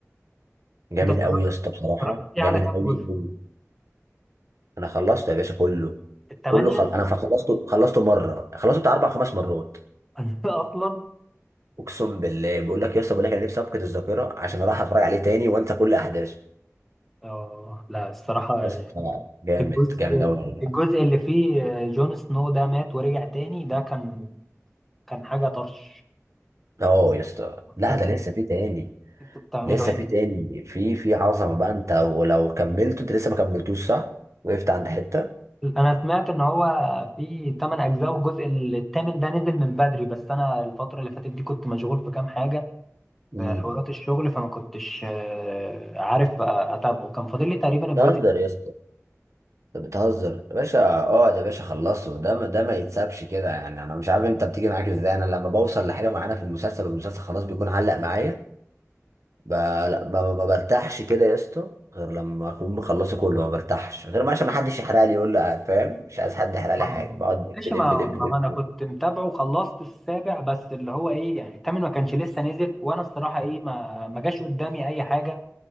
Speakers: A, on the right (about 65°); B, in the centre.
A: جامد
B: انت اتفرجت
A: قوي يا اسطى بصراحه
B: اتفرجت فيه
A: جامد
B: على كام
A: قوي
B: جزء
A: قوي انا خلصته يا باشا كله
B: الثمانيه
A: كله خل... انا خلصته خلصته مره خلصته بتاع اربع خمس مرات
B: <laughs> اصلا
A: اقسم بالله بقول لك يا اسطى بقول لك انا نفسي افقد الذاكره عشان اروح اتفرج عليه تاني وانسى كل احداثه
B: اه لا الصراحه
A: يا اسطى جامد
B: الجزء
A: جامد قوي والله
B: الجزء اللي فيه جون سنو ده مات ورجع تاني ده كان كان حاجة طرش
A: اه يا اسطى لا
B: انت-
A: ده لسه في تاني
B: انتوا بتعملوا
A: لسه
B: إيه؟ يعني
A: في تاني في في عظمه بقى انت ولو كملته انت لسه ما كملتوش صح وقفت عند حته
B: انا سمعت ان هو في 8 اجزاء والجزء الثامن ده نزل من بدري بس انا الفترة اللي فاتت دي كنت مشغول في كام حاجة
A: امم
B: في حوارات الشغل فما كنتش آه، عارف آه، اتابعه كان فاضل لي تقريبا الجزء
A: تهزر يا اسطى انت بتهزر يا باشا اقعد يا باشا خلصه ده ما- ده ما يتسابش كده يعني انا مش عارف انت بتيجي معاك ازاي انا لما بوصل لحاجه معينه في المسلسل والمسلسل خلاص بيكون علق معايا ب... لا ما, ما ما برتاحش كده يا اسطى غير لما اكون مخلصه كله ما برتاحش غير ما عشان ما حدش يحرق لي يقول لي فاهم مش عايز حد يحرق لي
B: آه،
A: حاجه بقعد دب
B: ماشي
A: دب
B: ما
A: دب دب,
B: ما انا
A: دب.
B: كنت متابعه وخلصت السابع بس اللي هو ايه يعني الثامن ما كانش لسه نزل وانا الصراحة ايه ما ما جاش قدامي اي حاجة